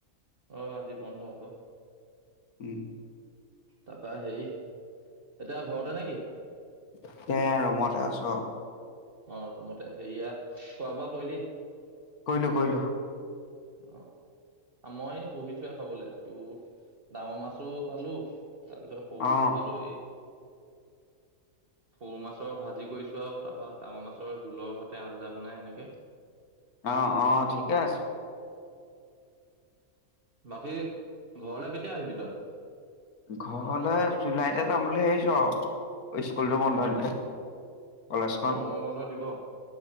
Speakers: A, on the right (about 40°); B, on the left (about 85°).
A: অ আজি বন্ধ আকৌ
B: ওঁ
A: তাপা হেৰি এতিয়া ঘৰতে নেকি?
B: এতিয়া ৰুমতে আছো।
A: অ ৰুমতে সেইয়া, খোৱা- বোৱা কয়িলি?
B: কয়িলো কয়িলো।
A: অঁ আঁ মই' বহিছোৱে খাবলে টো ডাঙৰ মাছো' পালো। <unintelligible> তাৰপিছত সৰু
B: অ'।
A: মাছো পালো এই সৰু মাছৰ ভাজি কৰিছো আও তা অঁ ডাঙৰ মাছৰ ঝোলৰ সতে আঞ্জা বনাই এনেকে।
B: অঁ অঁ ঠিকে আছে।
A: বাকী, ঘৰলে কেতিয়া আহিবি তই?
B: ঘৰলে জুলাইতে যাম বুলি ভাৱিছো আও, স্কুলটো বন্ধ দিলে। কলেজখন।
A: অঁ গৰম বন্ধ দিব। অঁ,